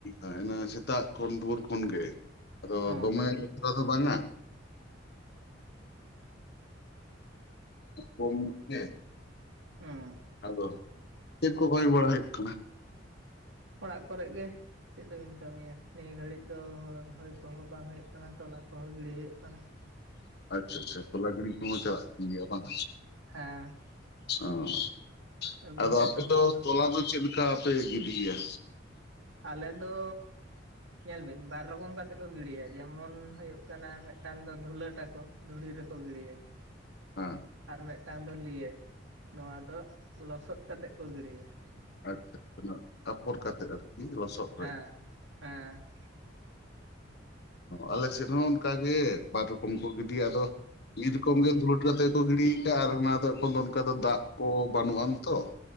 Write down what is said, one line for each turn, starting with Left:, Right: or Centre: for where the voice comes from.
Left: <inaudible> ᱥᱮᱛᱟᱜ ᱠᱷᱚᱱ ᱵᱷᱳᱨ ᱠᱷᱚᱱ ᱜᱮ ᱟᱫᱚ
Right: ᱚ
Left: ᱫᱚᱢᱮ <inaudible> ᱵᱟᱠᱷᱨᱟ ᱫᱚ ᱵᱟᱝᱟ, ᱵᱞ <inaudible>
Right: ᱚᱸ
Left: ᱟᱫᱚ, ᱪᱮᱫ ᱠᱚ ᱠᱟᱹᱢᱤ ᱵᱟᱲᱟ ᱦᱩᱭᱩᱜ ᱠᱟᱱᱟ?
Right: ᱚᱲᱟᱜ ᱠᱚᱨᱮ ᱜᱮ ᱾ ᱪᱮᱫ ᱫᱚᱵᱤᱱ ᱠᱟᱹᱢᱤᱭᱟ? ᱱᱤᱭᱟᱹ ᱜᱷᱟᱹᱲᱤᱡ ᱫᱚ ᱦᱩᱲᱩ ᱨᱚᱦᱚᱭ ᱠᱚᱦᱚᱸ ᱵᱟᱝ ᱦᱩᱭᱩᱜ ᱠᱟᱱᱟ ᱾ ᱛᱚᱞᱟ ᱠᱚᱦᱚᱸ ᱜᱤᱰᱤ ᱦᱩᱭᱩᱜ ᱠᱟᱱᱟ ᱾
Left: ᱟᱪᱪᱷᱟ ᱟᱪᱪᱷᱟ ᱾ ᱛᱚᱞᱟ ᱜᱤᱲᱤ ᱠᱚᱦᱚᱸ ᱪᱟᱞᱟᱜ ᱠᱟᱱ ᱜᱮᱭᱟ ᱵᱟᱝ?
Right: ᱦᱮᱸ
Left: ᱚᱸᱻ ᱾
Right: ᱟᱹᱵᱤᱱ
Left: ᱟᱫᱚ
Right: ᱥᱮᱫ
Left: ᱟᱯᱮ
Right: ᱦᱳᱲᱳ
Left: ᱫᱚ ᱛᱚᱞᱟ ᱫᱚ ᱪᱮᱫᱞᱮᱠᱟ ᱯᱮ ᱜᱤᱰᱤᱭᱟ?
Right: ᱟᱞᱮ ᱫᱚ ᱧᱮᱞ ᱵᱤᱱ ᱵᱟᱨ ᱨᱚᱠᱚᱢ ᱠᱟᱛᱮᱫ ᱠᱚ ᱜᱤᱰᱤᱭᱟ ᱾ ᱡᱮᱢᱚᱱ ᱦᱩᱭᱩᱜ ᱠᱟᱱᱟ ᱢᱤᱫᱴᱟᱱ ᱫᱚ ᱫᱷᱩᱞᱟᱹᱴᱟᱠᱚ, ᱫᱷᱩᱲᱤ ᱨᱮᱠᱚ ᱜᱤᱲᱤᱭᱟ ᱾
Left: ᱦᱮᱸ
Right: ᱟᱨ ᱢᱤᱫᱴᱟᱝ ᱫᱚ ᱞᱤᱭᱟᱹᱡᱽ, ᱱᱚᱣᱟ ᱫᱚ ᱞᱚᱥᱚᱫ ᱠᱟᱛᱮᱫ ᱠᱚ ᱜᱤᱲᱤᱭᱟ ᱾
Left: ᱟᱪᱪᱷᱟ ᱟᱪᱪᱷᱟ ᱾ ᱟᱯᱷᱚᱨ ᱠᱟᱛᱮᱫ ᱟᱨᱠᱤ ᱞᱚᱥᱚᱫ
Right: ᱦᱮᱸ
Left: ᱨᱮ
Right: ᱦᱮᱸ ᱾
Left: ᱟᱞᱮ ᱥᱮᱫ ᱦᱚᱸ ᱚᱱᱠᱟᱜ ᱜᱮ ᱵᱟᱨ ᱨᱚᱠᱚᱢ ᱠᱚ ᱜᱤᱰᱤᱭᱟ ᱾ ᱟᱫᱚ ᱢᱤᱫ ᱨᱚᱠᱚᱢ ᱜᱮ ᱫᱷᱩᱞᱟᱹᱴ ᱫᱩᱫ ᱠᱟᱛᱮ ᱠᱚ ᱜᱤᱲᱤᱭ ᱠᱟᱜᱼᱟ ᱟᱨ ᱚᱱᱟ ᱫᱚ ᱮᱠᱷᱚᱱ ᱫᱚ ᱚᱱᱠᱟ ᱫᱟᱜ ᱠᱚ ᱵᱟᱹᱱᱩᱜ ᱟᱱᱛᱚ ᱾